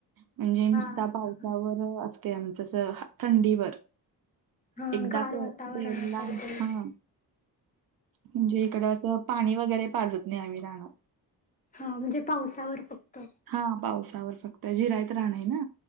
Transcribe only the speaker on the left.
हा हा
हा,
गार
वातावरण
असायला पाहिजे
हा म्हणजे पावसावर फक्त.